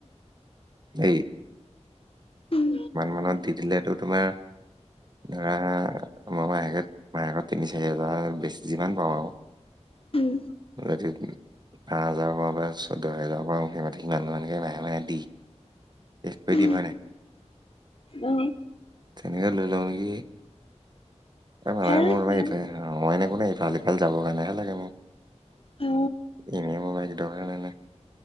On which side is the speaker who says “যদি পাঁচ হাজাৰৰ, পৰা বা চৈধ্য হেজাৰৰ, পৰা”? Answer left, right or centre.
Right